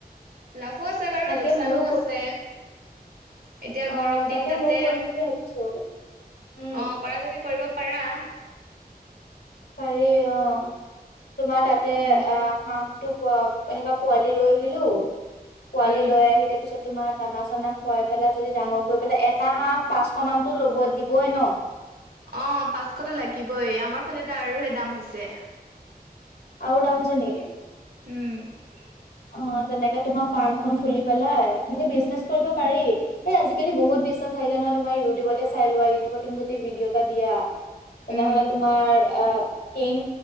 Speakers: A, on the right; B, on the left.
A: লাভো আছে বাৰু
B: তাকে
A: লোকচানো
B: ময়ো
A: আছে।
B: ক
A: এতিয়া
B: অ
A: গৰম দিন
B: তাকে
A: তাতে
B: ময়ো কৰিম
A: অ'
B: বুলি ভাবিছো উম
A: কৰা যদি কৰিব। পৰাাৰ।
B: পাৰি অ' তোমাৰ তাতে
A: উম
B: আহ হাঁহটো। প এনেককা পোৱালি লৈ আহিলো পোৱালি
A: উম
B: লৈ আহি তাৰ পিছত তোমাৰ। দানা চানা খুৱাই পেলাই যদি ডাঙৰ কৰি পেলাই এটা হাঁহ পাঁচশ মানতো ল'ব দিবই ন।
A: অ' পাঁচশত লাগিবই আমাৰ ফালে এ আৰুহে দাম হৈছে।
B: আ গাামছে নেকে
A: উম
B: অ তেনেকে তোমাৰ ফাৰ্ম খ খুলি পেলাই কিন্তু বিজনেচ কৰিব পাৰি এ আজিকালি বহুত বিশ্বাস আহিলে নহ তমাৰ ইউটিউবতে চাই লোৱা ইউটিউত তুমি যদি ভিডি' এটা দিয়া তেনেহলে
A: উম
B: তোমাৰ আহ টেন